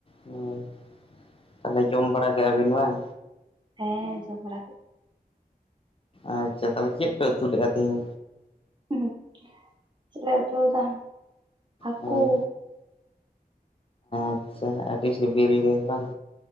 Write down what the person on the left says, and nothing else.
ᱦᱳᱭ ᱛᱟᱦᱚᱞᱮ ᱡᱚᱢ ᱵᱟᱲᱟ ᱠᱮᱫᱟᱵᱤᱱ ᱵᱟᱝ
ᱟᱪᱷᱟ ᱛᱟᱦᱚᱞᱮ ᱪᱮᱫ ᱯᱮ ᱩᱛᱩ ᱞᱮᱫᱜᱼᱟ ᱛᱮᱦᱮᱧ?
ᱦᱳᱭ ᱟᱪᱷᱟ ᱟᱹᱰᱤ ᱥᱤᱵᱤᱞ ᱜᱮ ᱵᱟᱝ